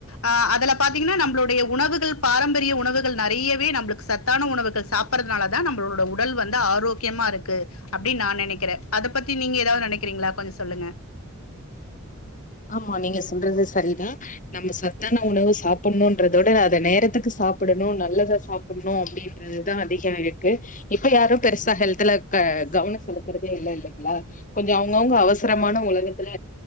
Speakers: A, on the left (about 80°); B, on the left (about 35°).
A: அஹன் அதல பாத்தீங்கன்னா நம்மளுடைய உணவுகள் பாரம்பரிய உணவுகள் நிறையவே நம்மளுக்கு சத்தான உணவுகள் சாப்பறதுனால தான் நம்மளோட உடல் வந்து ஆரோக்கியமா இருக்கு அப்படின்னு நான் நினைக்கிறேன் அத பத்தி நீங்க ஏதாவது நினைக்கிறீங்களா கொஞ்சம் சொல்லுங்க
B: ஆமா நீங்க சொல்றது சரிதான் நம்ம சத்தான உணவு சாப்பிடணும்ன்றதோட அத நேரத்துக்கு சாப்பிடணும் நல்லதா சாப்பிடணும் அப்படின்றதுதான் அதிக இருக்கு இப்ப யாரும் பெருசா ஹெலத்துல க கவனம் செலுத்துறதே இல்ல இல்லைங்களா கொஞ்சம் அவங்கவுங்க அவசரமான உலகத்துல